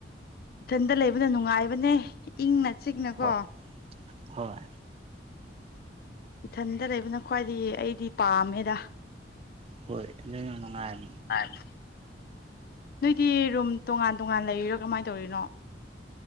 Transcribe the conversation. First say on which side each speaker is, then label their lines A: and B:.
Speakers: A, on the left (about 55°); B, on the right (about 30°).
A: ꯏꯊꯟꯇ ꯂꯩꯕꯅ ꯅꯨꯡꯉꯥꯏꯕ ꯅꯦ ꯏꯪꯅ ꯆꯤꯛꯅꯀꯣ
B: ꯍꯣꯏ ꯍꯣꯏ
A: ꯏꯊꯟꯗ ꯂꯩꯕꯅ ꯈ꯭ꯋꯥꯏꯗꯤ ꯑꯩꯗꯤ ꯄꯥꯝꯃꯦꯗ
B: ꯍꯣꯏ ꯑꯗꯨ ꯅꯨꯡꯉꯥꯏ
A: ꯍꯥꯏꯦ ꯅꯣꯏꯗꯤ ꯔꯨꯝ ꯇꯣꯉꯥꯟ ꯇꯣꯉꯥꯟ ꯂꯩꯔꯤꯔꯣ ꯀꯃꯥꯏꯅ ꯇꯧꯔꯤꯅꯣ